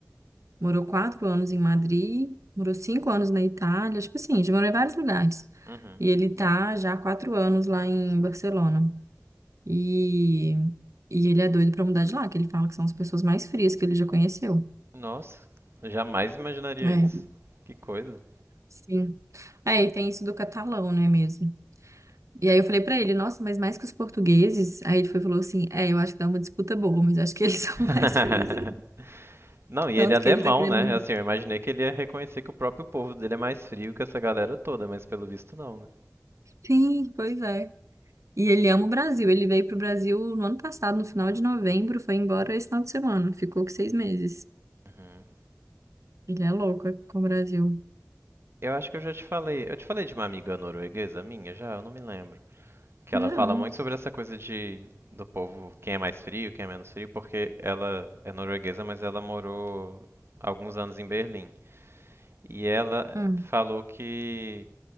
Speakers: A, on the right; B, on the right.
A: Morou quatro anos em Madrid, morou cinco anos na Itália, tipo assim, já morou em vários lugares.
B: Uhum.
A: E ele tá já há quatro anos lá em Barcelona. E, e ele é doido pra mudar de lá, que ele fala que são as pessoas mais frias que ele já conheceu.
B: Nossa, jamais imaginaria
A: É,
B: isso. Que coisa.
A: sim. É, e tem isso do catalão, né, mesmo. E aí eu falei pra ele, nossa, mas mais que os portugueses? Aí ele foi e falou assim, é, eu acho que dá uma disputa boa, mas acho que eles <laughs> são
B: <laughs>
A: mais frios aí.
B: Não, e
A: Tanto
B: ele é alemão,
A: que ele tá querendo...
B: né? Assim, eu imaginei que ele ia reconhecer que o próprio povo dele é mais frio que essa galera toda, mas pelo visto não, né?
A: Sim, pois é. E ele ama o Brasil. Ele veio pro Brasil no ano passado, no final de novembro, foi embora esse final de semana. Ficou com seis meses.
B: Uhum.
A: Ele é louco com o Brasil.
B: Eu acho que eu já te falei. Eu te falei de uma amiga norueguesa minha já? Eu não me lembro. Que
A: Não.
B: ela fala muito sobre essa coisa de do povo, quem é mais frio, quem é menos frio, porque ela é norueguesa, mas ela morou alguns anos em Berlim. E ela
A: Hum.
B: falou que